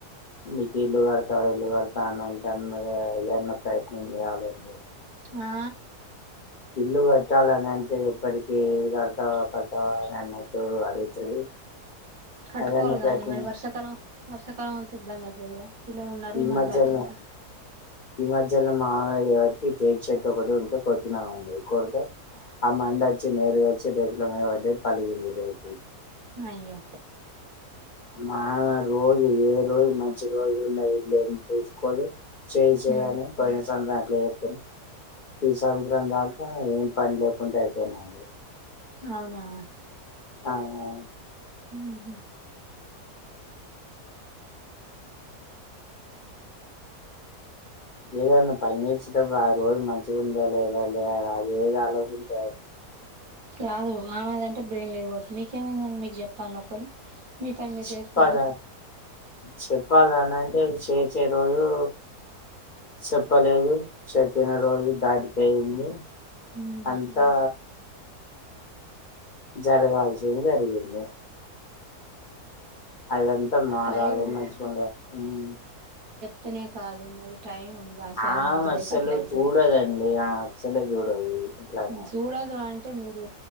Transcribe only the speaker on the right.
ఆ
కట్కోవాలిగా
అండి మరి వర్షాకాలం వర్షాకాలం ఒత్తే ఇబ్బంది అయితదిగా పిల్లలున్నారు
మళ్ళ
బైటిక్ తిరుగు
అయ్యో
ఉమ్
అవునా
ఉహు
కాదు ఆమె దంటే బ్రెయిన్ లేదు గావచ్చు, మీకేమైందండి మీకు జప్పాల్నా ఒకళ్ళు. మీ పని మీరు
చేసుకోరా
ఉమ్
టైము
తినే కాదండి అది టైం. ఆచారం
మంచిగా
లేక అట్లా అయితది
ఉమ్ సూడదు అన్ టే మీరు